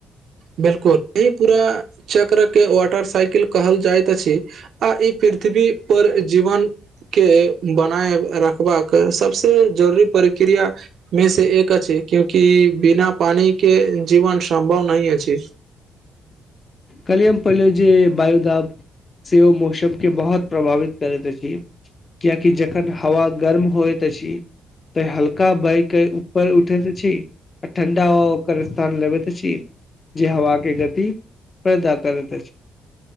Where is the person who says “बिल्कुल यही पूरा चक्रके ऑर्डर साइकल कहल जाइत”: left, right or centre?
Right